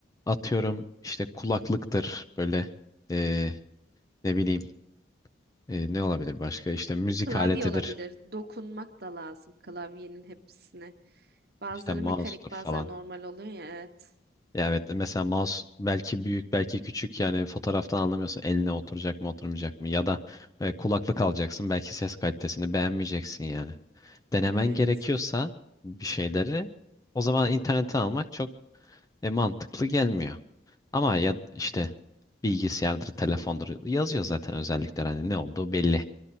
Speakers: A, on the left; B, on the right.
A: atıyorum işte kulaklıktır böyle eee, ne bileyim eee, ne olabilir başka işte müzik
B: Klavye
A: aletidir
B: olabilir. Dokunmak da lazım klavyenin hepsine. Bazıları
A: işte mouse'tur
B: mekanik, bazıları
A: falan.
B: normal oluyor ya. Evet.
A: Ya evet mesela mouse belki büyük belki küçük yani fotoğraftan anlamıyorsun eline oturacak mı oturmayacak mı ya da e, kulaklık alacaksın belki ses kalitesini beğenmeyeceksin yani. Denemen
B: Evet.
A: gerekiyorsa bir şeyleri o zaman internete almak çok e, mantıklı gelmiyor. Ama ya işte bilgisayardır, telefondur yazıyor zaten özellikler hani ne olduğu belli.